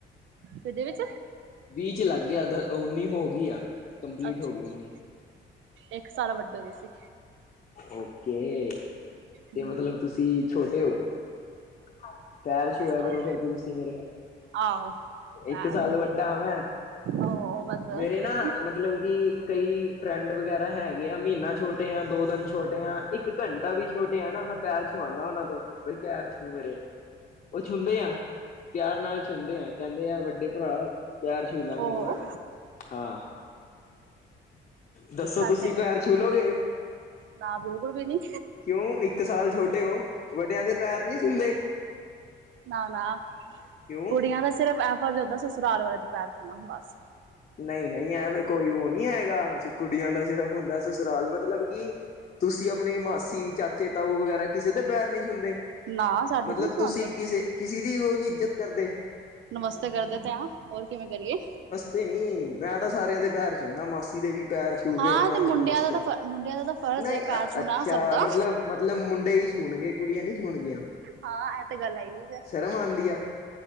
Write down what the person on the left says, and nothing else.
ਵੀਹ ਚ ਲੱਗ ਗਿਆ ਉੱਨੀ ਹੋਗੀ ਆ ਕੰਪਲੀਟ
ਹੋਗੀ
ਉੱਨੀ।
ਓਕੇ ਤੇ
ਮਤਲਬ ਤੁਸੀਂ ਛੋਟੇ ਹੋ? ਹਾਂਜੀ ਪੈਰ
ਛੁਯਾ
ਕਰੋ ਫੇਰ ਤਾਂ ਤੁਸੀਂ ਮੇਰੇ।
ਇੱਕ ਸਾਲ ਵੱਡਾ ਆ ਮੈਂ
ਮੇਰੇ ਨਾ। ਮਤਲਬ ਕਿ ਕਈ ਫਰੈਂਡ ਵਗੈਰਾ ਹੈਗੇ ਆ ਮਹੀਨਾ ਛੋਟੇ ਆ ਦੋ ਦਿਨ ਛੋਟੇ ਆ ਇੱਕ। ਇੱਕ ਘੰਟਾ ਵੀ ਛੋਟੇ ਆ ਨਾ ਮੈਂ ਪੈਰ ਛੂਆਉਂਦਾ ਉਹਨਾ ਤੋਂ ਬਈ ਪੈਰ ਛੂ ਮੇਰੇ। ਉਹ ਛੁੰਦੇ ਆ। ਪਿਆਰ ਨਾਲ ਛੁਦੇ ਆ ਕਹਿੰਦੇ ਆ ਵੱਡੇ ਭਰਾ ਪਿਆਰ ਛੂ ਲਾਂਗੇ
ਤੁਵਾਡੇ। ਹਾਂ। ਦੱਸੋ
ਤੁਸੀਂ
ਪੈਰ ਛੂਲੋਗੇ?
ਕਿਉਂ ਇੱਕ ਸਾਲ ਛੋਟੇ ਹੋ ਵੱਡਿਆਂ ਦੇ ਪੈਰ ਨੀ ਛੂੰਦੇ।
ਕਿਉਂ?
ਨਹੀਂ ਨਹੀਂ ਐਵੇਂ ਕੋਈ ਉਹ ਨੀ ਹੈਗਾ ਕੁੜੀਆਂ ਦਾ ਸਿਰਫ਼ ਹੁੰਦਾ ਸਸੁਰਾਲ ਮਤਲਬ ਕਿ, ਤੁਸੀਂ ਆਪਣੀ ਮਾਸੀ ਚਾਚੇ ਤਾਊ ਵਗੈਰਾ ਕਿਸੇ ਦੇ ਪੈਰ ਨੀ ਛੂੰਦੇ?
ਮਤਲਬ
ਤੁਸੀਂ ਕਿਸੇ ਕਿਸੀ ਦੀ ਉਹ ਨੀ ਇੱਜਤ ਕਰਦੇ?
ਤੇ ਨੀ ਮੈਂ ਤਾਂ ਸਾਰਿਆਂ ਦੇ ਪੈਰ ਚ ਹੁੰਦਾ ਮਾਸੀ ਦੇ ਵੀ। ਪੈਰ ਛੂਹ
ਕੇ ਆਪਣਾ
ਨਮਸਤੇ
ਨਹੀਂ
ਅੱਛਾ
ਮਤਲਬ ਮਤਲਬ ਮੁੰਡੇ ਹੀ ਛੂਣਗੇ? ਕੁੜੀਆਂ ਨੀ ਛੂੰਨ ਗੀਆ
ਸ਼ਰਮ ਆਂਦੀ ਆ?